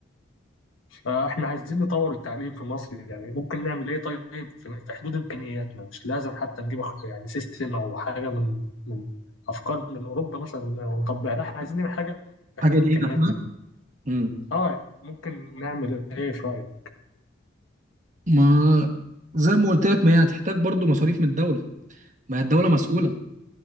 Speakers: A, on the left (about 85°); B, on the right (about 40°).
A: فاحنا عايزين نطور التعليم في مصر يعني ممكن نعمل ايه طيب في في حدود امكانياتنا مش لازم حتى نجيب أخ- يعني سيستم او حاجه من من افكار من اوروبا مثلا ونطبقها لا احنا عايزين نعمل حاجه في
B: حاجة
A: حدود
B: لينا
A: امكانياتنا
B: احنا امم
A: اه يعني ممكن نعمل ايه في رايك
B: ما زي ما قلت لك ما هي هتحتاج برضو مصاريف من الدولة ما هي الدولة مسؤولة